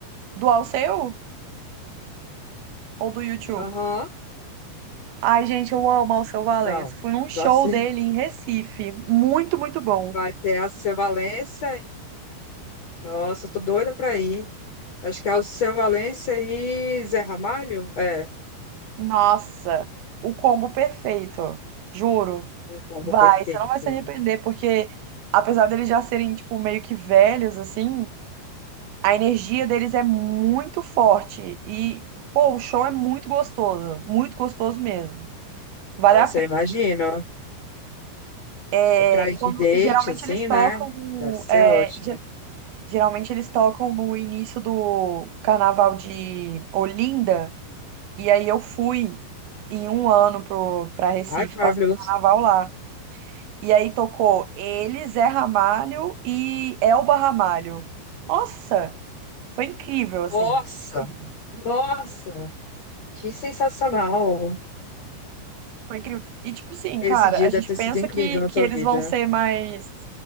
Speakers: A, on the right; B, on the left.
A: Do Alceu ou do U2?
B: Aham.
A: Ai, gente, eu amo Alceu Valença.
B: Não.
A: Fui num show
B: Nossa,
A: dele
B: <laughs>
A: em Recife, muito, muito bom.
B: vai ter a Alceu Valença. e- Nossa, eu tô doida pra ir. Acho que é Alceu Valença e Zé Ramalho? É,
A: Nossa, o combo perfeito. Juro.
B: o combo
A: Vai,
B: perfeito.
A: você não vai se arrepender, porque apesar deles já serem, tipo, meio que velhos, assim, a energia deles é muito forte. E, pô, o show é muito gostoso. Muito gostoso mesmo. Vale
B: Nossa,
A: a pena.
B: eu imagino.
A: É,
B: Pra ir
A: quando,
B: de date,
A: geralmente
B: assim,
A: eles tocam.
B: né?
A: o-
B: Deve ser
A: É,
B: ótimo.
A: ge- geralmente eles tocam no início do carnaval de Olinda. E aí eu fui em um ano pro, pra Recife,
B: Ai, que
A: passar
B: maravilhoso.
A: o carnaval lá. E aí tocou ele, Zé Ramalho e Elba Ramalho. Nossa, foi incrível, assim.
B: Nossa!
A: Incrível.
B: Nossa! Que sensacional!
A: Foi incrível. E tipo assim,
B: Esse
A: cara,
B: dia
A: a gente
B: deve ter sido
A: pensa
B: incrível
A: que,
B: na
A: que
B: tua
A: eles
B: vida.
A: vão ser mais